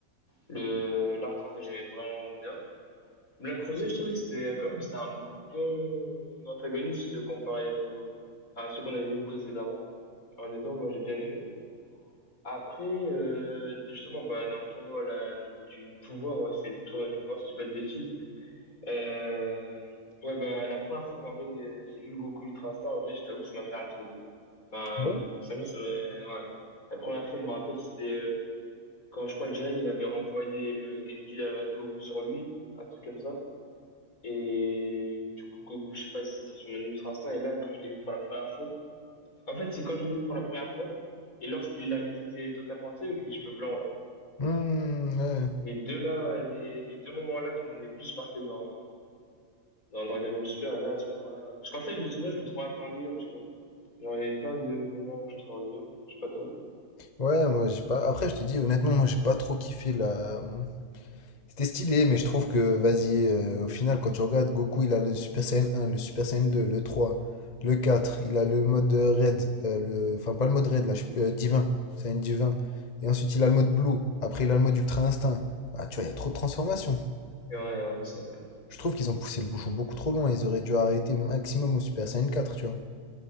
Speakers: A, on the left; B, on the left.
A: le l'arc en vrai, j'aimais vraiment bien. Black Rosé, je trouvais que c'était quand même c'était un bon antagoniste comparé au, à ceux qu'on avait vu précédemment. Honnêtement, moi j'ai bien aimé. Après, euh, justement, bah, dans le tournoi là, du pouvoir, ouais, c'est tournoi du pouvoir, si tu dis pas de bêtises, Euh, ouais, bah, la première fois qu'en vrai euh, j'ai vu le Goku Ultra Star, en vrai, je t'avoue que ça m'a fait un truc. hein. Enfin,
B: Ah ouais
A: personnellement, ça, m'a- ouais. La première fois, je me rappelle, c'était euh, quand je crois que Jiren il avait renvoyé le Genki Dama de Goku sur lui, un truc comme ça. Et du coup, Goku, je sais pas, il s'est transformé en Ultra Instinct. Et là, quand je l'ai vu pour la première fois, en fait, c'est quand je l'ai vu pour la première fois et lorsqu'il l'a maîtrisé totalement, tu sais, avec les cheveux blancs là.
B: Hmm, ouais.
A: C'est les deux là, les, les deux moments là qui m'ont le plus marqué dans, Dans Dragon Ball Super, là, à ce moment-là. Parce qu'en fait, le tournoi, je le trouvais un peu ennuyant, tu vois. Genre, il y avait plein de moments où je trouvais ennuyant. Je sais pas toi.
B: Ouais, moi j'ai pas. Après, je te dis honnêtement, moi j'ai pas trop kiffé la. C'était stylé, mais je trouve que, vas-y, euh, au final, quand tu regardes, Goku il a le Super Saiyan un le Super Saiyan 2 le 3 le 4 il a le mode euh, Red, euh, le... enfin pas le mode Red, là, je- euh, Divin, Saiyan Divin. Et ensuite il a le mode Blue, après il a le mode Ultra Instinct. Ah, tu vois, il y a trop de transformations.
A: Et ouais, ouais, c'est vrai.
B: Je trouve qu'ils ont poussé le bouchon beaucoup trop loin, ils auraient dû arrêter maximum au Super Saiyan 4 tu vois.